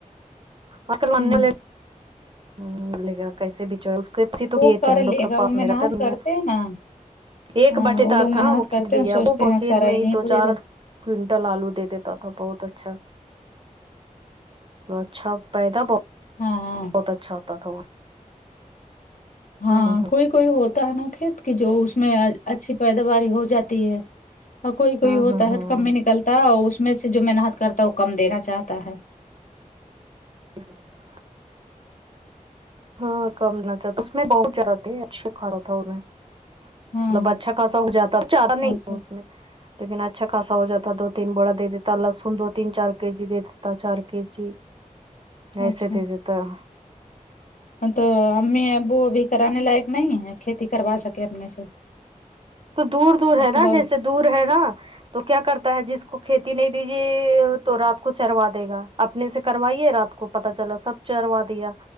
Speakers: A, on the right; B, on the left.
A: آج کل <unintelligible>
B: ہوں
A: ہ ب <unintelligible> لے گا کیسے بچار تو
B: وہ
A: گ
B: کر
A: تھے ہم
B: لے
A: لوگ تو
B: گا
A: پاس
B: وہ محنت
A: میرا تو نہیں
B: کرتے ہیں نا
A: ایک
B: ہاں
A: باٹی
B: وہ
A: دار
B: لوگ
A: تھا
B: محنت
A: نا وہ کھیت
B: کرتے
A: بھییا
B: ہیں سوچتے
A: وہ
B: ہیں
A: کھیت
B: سارا
A: میں ہی
B: نہیں
A: دو
B: کو دے
A: چار
B: دے
A: کئنٹل آلو دے دیتا تھا بہت اچھا اچھا پیدا بہ
B: ہاں ہاں
A: ت اچھا ہوتا تھا وہ
B: ہاں
A: ہوں ہ
B: کوئی کوئی ہوتا ہے نا کھیت کی جو اس میں اچھی پیداواری ہو جاتی ہے اور کوئی کوئی
A: ہوں
B: ہوتا
A: ہ ہوں
B: ہے تو کم بھی نکلتا ہے اس میں سے جو محنت کرتا ہے وہ کم دینا چاہتا ہے
A: <unintelligible> ہاں کمنا چاہ اس میں بہت جرا تے اچھے کھانا تھا انہیں
B: ہاں
A: مطلب اچھا خاصا ہو جاتا چارا نہیں
B: اچھا
A: ہو اس میں لیکن اچھا خاصا ہو جاتا دو تین بڑا دے دیتا لہسن دو تین چار کے جی دے دیتا چار کے جی ایسے
B: اچھا
A: دے دیتا ہے
B: تو امی ابو ابھی کرانے لائق نہیں ہے کھیتی کروا سکے اپنے سے
A: تو دور دور
B: اب
A: ہے
B: تھوڑا
A: نا جیسے دور ہے نا تو کیا کرتا ہے جس کو کھیتی نہیں دیجیے تو رات کو چروا دے گا اپنے سے کروائیے رات کو پتا چلا سب چروا دیا